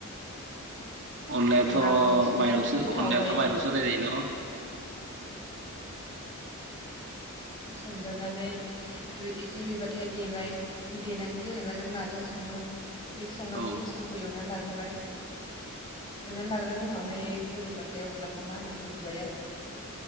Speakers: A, on the right; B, on the left.
A: अनलायाथ'
B: सिगां आबैमोन संनायफ्रासो
A: माइरंसो
B: गोथाव
A: अनलायाथ'
B: जायोमोन
A: माइरंसो होनाय जायो न
B: खौ संग्रोनानै रु एसे रुइबाथाय देबाय देनानै जेनेबा नों माजों संङो बेै संनांगौ
A: औ
B: बुस्थुखौ एवना लाग होबाय एवनानै लाग्रानि उनावहाय गोदौबाथाय अनलाखौ मा होनो उरबाय आरो